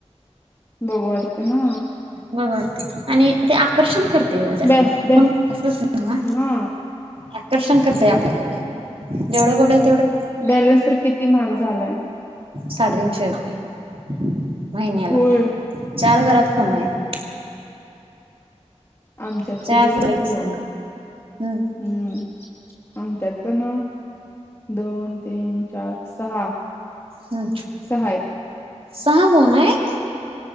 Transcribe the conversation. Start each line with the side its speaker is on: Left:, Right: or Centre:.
Left: बघू वाट हा.
Right: बघ वाटतंय आणि ते आ आकर्षण करतय ओ जास्ती.
Left: बॅ बॅ
Right: फोन बघत्यासच नव्ह
Left: हा
Right: आकर्षण करतय
Left: होय
Right: आपल्याकडं. जेवढं बघल
Left: बॅलन्स तर किती महाग झालाय.
Right: साडे तीनशे रुपये <inaudible> महिन्याला
Left: होय
Right: चार घरात फोन आहेत
Left: आमच्यात
Right: चार
Left: किती सांगू?
Right: फुटले की सांगा हम्म
Left: हम्म आमच्यात पण दोन, तीन, चार, सहा.
Right: हम्म
Left: सहा आहेत
Right: सहा फोन आहेत